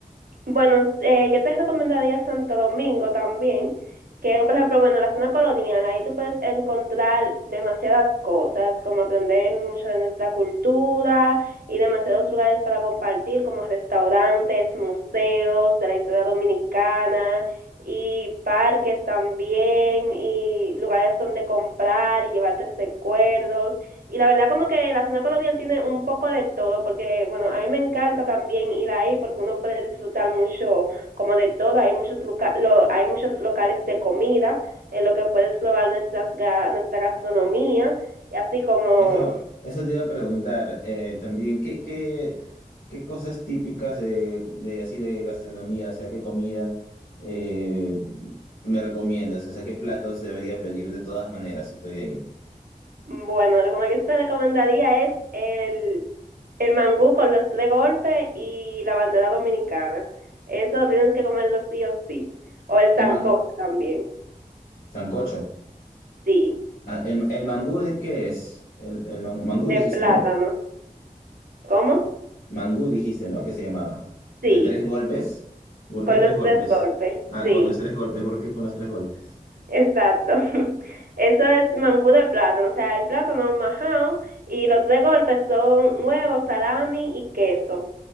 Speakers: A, on the right; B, on the left.
A: Bueno, eh, yo te recomendaría Santo Domingo también, que por ejemplo, bueno, la zona colonial, ahí tú puedes encontrar demasiadas cosas, como aprender mucho de nuestra cultura y demasiados lugares para compartir, como restaurantes, museos de la historia dominicana y parques también y lugares donde comprar y llevarte recuerdos. Y la verdad como que la zona colonial tiene un poco de todo, porque bueno, a mí me encanta también ir ahí porque uno puede disfrutar mucho como de todo, hay muchos, loca- lo- hay muchos locales de comida en lo que puedes probar nuestras ga- nuestra gastronomía, y así como,
B: Eso, eso te iba a preguntar eh, también, ¿qué, qué, qué cosas típicas de, de así de gastronomía, o sea, qué comida eh, me recomiendas? O sea, ¿qué platos debería pedir de todas maneras si estoy ahí?
A: bueno, lo que yo te recomendaría es el, el mangú con los tres golpes y la bandera dominicana. Eso tienes que comerlo sí o sí. O el
B: El
A: sancocho
B: man,
A: también,
B: sancocho.
A: sí,
B: Ah, el, el mangú de qué es? El, el man- mangú
A: de
B: dijiste,
A: plátano.
B: ¿no?
A: ¿Cómo?
B: Mangú dijiste, ¿no? ¿Qué se llamaba?
A: Sí.
B: ¿De tres golpes? ¿Por
A: Con
B: qué tres
A: los
B: golpes?
A: tres golpes,
B: Ah,
A: sí,
B: con los tres golpes, ¿por qué con los tres golpes?
A: exacto. <laughs> Eso es mangú de plátano, o sea, el plátano majado y los tres golpes son huevo, salami y queso.